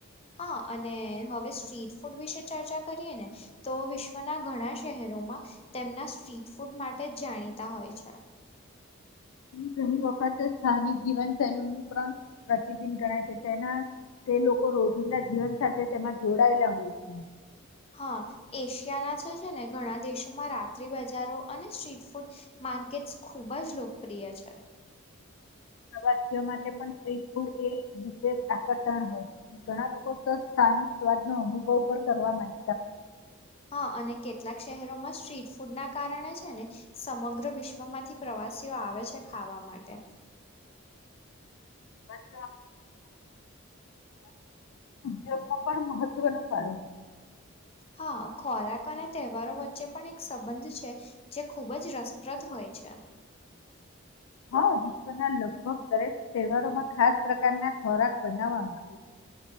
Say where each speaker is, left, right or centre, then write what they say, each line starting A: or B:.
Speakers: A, on the left; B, on the left.
A: હા અને હવે સ્ટ્રીટ ફૂડ વિશે ચર્ચા કરીએ ને તો વિશ્વના ઘણા શહેરોમાં તેમના સ્ટ્રીટ ફૂડ માટે જ જાણીતા હોય છે
B: ઘણી વખત સ્થાનિક જીવન શૈલી પણ પ્રતિબિબ ગણાય છે તેના તે લોકો રોજિંદા જીવન સાથે તેમાં જોડાયેલા હોય છે
A: હા એશિયાના છે છે ને ઘણા દેશોમાં રાત્રિ બજારો અને સ્ટ્રીટ ફૂડ માર્કેટસ ખૂબ જ લોકપ્રિય છે
B: પ્રવાસીઓ માટે પણ સ્રીટ ફૂડ એ વિશેષ આકર્ષણ હોય છે ઘણા લોકો સ્થાનિક સ્વાદ નો અનુભવ પણ કરવા માં
A: હા અને કેટલાક શહેરોમાં સ્ટ્રીટ ફૂડ ના કારણે છે ને સમગ્ર વિશ્વમાંથી પ્રવાસીઓ આવે છે ખાવા માટે
B: પ્રવાસ ઉદ્યોગ માં પણ મહત્વનું કાર
A: હા ખોરાક અને તહેવારો વચ્ચે પણ એક સંબંધ છે જે ખૂબ જ રસપ્રદ હોય છે
B: હા વિશ્વના લગભગ દરેક તહેવારોમાં ખાસ પ્રકારના ખોરાક બનાવવામાં આવે છે.